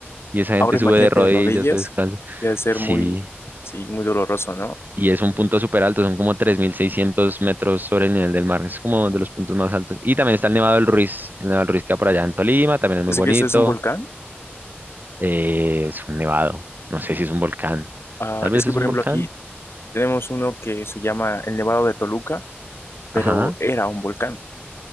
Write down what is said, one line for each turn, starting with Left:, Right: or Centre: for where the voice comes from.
Right: Y esa gente
Left: Ahora imagínate
Right: sube de rodillas
Left: rodillas,
Right: o descalzo.
Left: que ha de ser
Right: Sí,
Left: muy, sí, muy doloroso, ¿no?
Right: y es un punto súper alto, son como 3.600 metros sobre el nivel del mar, es como de los puntos más altos. Y también está el Nevado del Ruiz, el Nevado del Ruiz queda por allá en Tolima, también es
Left: ¿Es
Right: muy bonito,
Left: que ese es un volcán?
Right: eh, es un nevado, no sé si es un volcán,
Left: Ah,
Right: tal vez
Left: es que,
Right: es
Left: por
Right: un
Left: ejemplo,
Right: volcán,
Left: aquí tenemos uno que se llama el Nevado de Toluca, pero
Right: ajá,
Left: era un volcán.